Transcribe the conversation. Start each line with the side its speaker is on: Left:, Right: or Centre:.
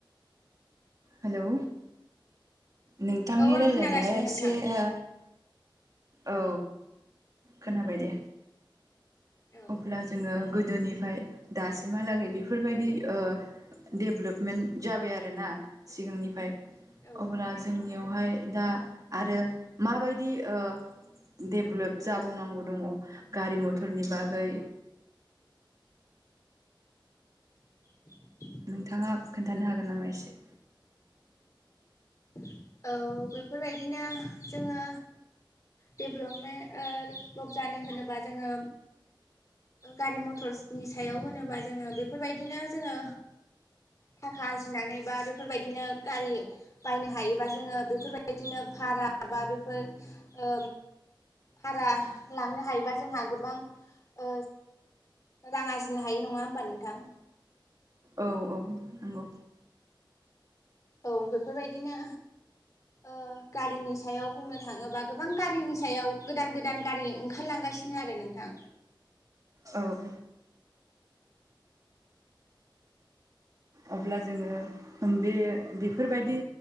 Right: हेलौ नोंथांनि
Left: औ आं
Right: रायलायनाया
Left: खोनागासिनो नोंथां
Right: एसे आ औ खोनाबाय दे
Left: औ
Right: अब्ला जोंङो गोदोनिफ्राय दासिमहालागै बेफोरबायदि ओ देभ्लपमेन्ट जाबाय आरोना सिगांनिफ्राय
Left: औ
Right: अब्ला
Left: औ
Right: जोंनियावहाय दा आरो माबायदि ओ देब्लभ जाबावनांगौ दंङ गारि मथरनि बागै
Left: <inaudible>
Right: नोंथांङा खोन्थानो हागोन नामा एसे?
Left: औ बेफोरबायदिनो जोंङो डेभ्लपमे ओ जानो होनोबा जोंङो गारि मटरसनि सायाव होनोबा जोंङो बेफोरबायदिनो जोंङो थाखा आरजिनानै बा बेफोरबायदिनो गारि बायनो हायो। बा जोंङो बेफोरबायदिनो भारा बा बेफोर ओ भारा लांनो हायोबा जोंहा गोबां ओ रां आरजिनो हायो नंङा होमबा नोंथां?
Right: औ औ नंगौ
Left: औ बेफोरबायदिनो ओ गारिनि सायाव बुंनो थांङोबा गो गोबां गारिनि सायाव गोदान गोदान गारि ओंखारलांगासिनो आरो नोंथां।
Right: औ अब्ला जोंङो बे बेफोरबायदि